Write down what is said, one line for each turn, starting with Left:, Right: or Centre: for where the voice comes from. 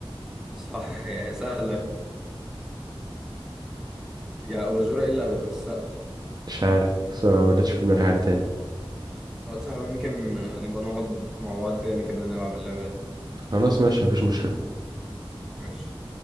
Centre: صح يا سهلة يا أباجورة إيه اللي هتبقى في السقف؟
Right: مش عارف بس ما بدأتش في دماغي حاجة تاني
Centre: خلاص سهلة ممكن نبقى نقعد مع بعض تاني كده نلعب اللعبة دي
Right: خلاص ماشي مفيش مشكلة
Centre: ماشي